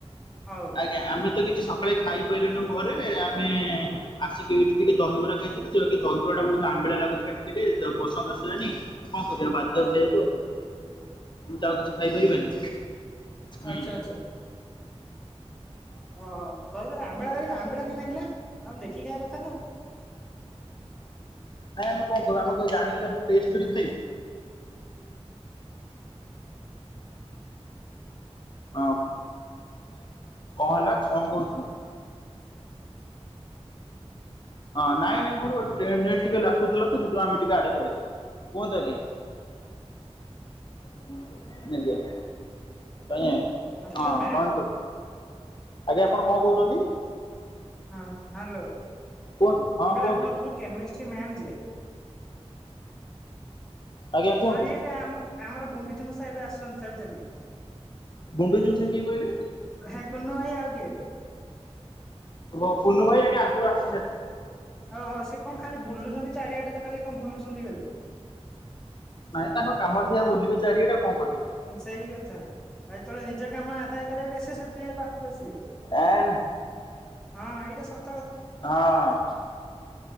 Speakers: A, in the centre; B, on the left (about 45°).
A: ହଉ
B: ଆଜ୍ଞା ଆମେ କିଛି ତ ସକାଳେ ଖାଇ ପାରିଲୁନୁ ଘରେ। ଆମେ ଆସିକି ଏଇଠି ଟିକେ ଦହିବରା ଖାଇ ତ ଦହିବରା ଟା ବହୁତ ଆମ୍ୱିଲା ଲାଗୁଥିଲା ଟିକେ ଟିକେ ପସନ୍ଦ ଆସିଲାନି। କଣ କରିବା ବାଧ୍ୟ ଖାଇବାକୁ। ଆଉକଣ କରିବା ମୁଁ ତ ଆଉ କିଛି ଖାଇପାରିବାନି?
A: ଆଚ୍ଛା
B: ହୁଁ।
A: ଆଚ୍ଛା। ହଁ ଦହିବରା ଆମ୍ବିଳା ଲାଗିଲା ଆମ୍ବିଳା କାହିଁକି ଲାଗିଲା? ତମେ ଦେଖିକି ଖାଇବା କଥା ନା ଆଉ।
B: ନାଇଁ ଆମେ କଣ କରୁ ଆମ କ ଜାଣିକୁ ତାକୁ ଟେଷ୍ଟ କରିକି ଖାଇବୁ। ହଁ କଣ ହେଲା କଣ କହୁଥୁଲୁ? ହଁ ନାଇଁ ନାଇଁ ମୋର <unintelligible> ଟିକେ ଲାଖୁଥିଲ ତ ସେଥି ଲାଗି ଆମେ ଟିକେ ଆଡେ ପଳେଇ ଆଇଲୁ। କୁହନ୍ତୁ ଆଜ୍ଞା। ଆଜ୍ଞା କାହିଁ ହଁ କଣ
A: ମ୍ୟାମ
B: କରିଚ? ଆଜ୍ଞା ଆପଣ କଣ କହୁଛନ୍ତି?
A: ହଁ ହ୍ୟାଲୋ ମୁଁ
B: କୁହନ୍ତୁ ହଁ
A: କହିଲି
B: କୁହନ୍ତୁ
A: ଆପଣଙ୍କ ଯୋଉ କେମେଷ୍ଟ୍ରୀ ମାମ୍ ଯେ
B: ଆଜ୍ଞା କୁହନ୍ତୁ
A: ସାର୍ ଇଏ ଯେ ଆମ ଆମର ଗୁଣ୍ଡୁଚି ମୂଷା ଏବେ ଆସୁଛନ୍ତି ଚାଲି ଚାଲି।
B: ଗୁଣ୍ଡୁଚି ମୂଷା କିଏ କହିଲେ?
A: ହେ କୁନୁ ଭାଇ ଆଉ କିଏ?
B: ହୋ ପୋନୁ ଭାଇ ଆଜ୍ଞା ଆଗରୁ ଆସି
A: ହଁ ହଁ ସେ କଣ ଖାଲି ବୁଲୁଛନ୍ତି ଚାରିଆଡେ ତ କାଲି କଣ ବୁଲୁଛନ୍ତି ଖାଲି?
B: ନାଇଁ ତାଙ୍କ କାମ ସେଇଆ ବୁଲିବେ ଚାରିଆଡେ ଆଉ କଣ କରିବେ ସେ?
A: ହୁଁ ସେଇ କଥା ଆଉ ଯେତେବେଳେ ନିଜ କାମ ଆଦାୟ କରିବାକୁ ଆସିବ ସେତେବେଳେ ପାଖକୁ ଆସିବେ।
B: ଏ ନ
A: ହଁ ଏଇଟା ସତ୍
B: ହଁ।